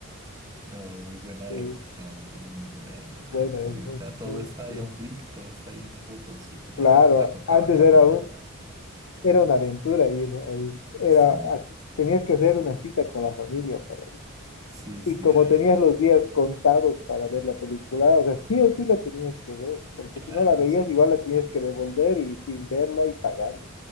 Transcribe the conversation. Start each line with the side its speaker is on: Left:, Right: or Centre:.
Right: No, muy buena
Left: sí,
Right: época, hombre, muy buena época.
Left: buena
Right: Ahorita
Left: época,
Right: todo está
Left: sí.
Right: ahí a un clic, todo está ahí en un botoncito. En
Left: Claro,
Right: esa época tocaba
Left: antes
Right: caminar
Left: era un,
Right: y todo.
Left: era una aventura ir ahí. Era
Right: Sí,
Left: así, tenías que hacer una cita con la familia para ir.
Right: sí, sí,
Left: Y como
Right: era.
Left: tenías los días contados para ver la película, o sea,
Right: ah,
Left: sí o sí la tenías que ver, porque
Right: Claro,
Left: si no la veías,
Right: sí,
Left: igual la tenías que devolver y sin verla y pagando.